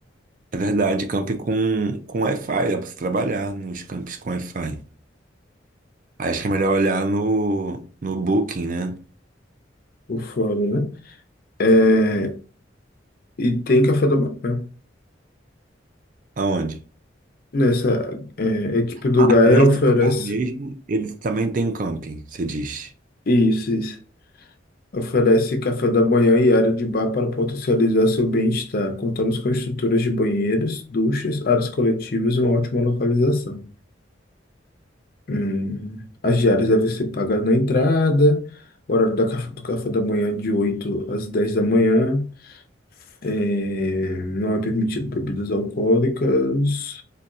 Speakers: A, on the right; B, on the left.
A: É verdade, camp com, com Wi-Fi. Dá pra você trabalhar nos campos com Wi-Fi. Aí acho que é melhor olhar no, no Booking, né?
B: por fora, né? É, e tem café da manhã.
A: Aonde?
B: Nessa é, equipe do
A: Ah,
B: Gaia
A: nesse
B: oferece,
A: lugar mesmo, eles também tem um camping, você diz.
B: Isso, isso. oferece café da manhã e área de bar para potencializar seu bem-estar. Contamos com estruturas de banheiros, duchas, áreas coletivas e uma ótima localização. Hum, as diárias devem ser pagas na entrada, o horário da caf- do café da manhã é de 8 às 10 da manhã. É, não é permitido bebidas alcoólicas.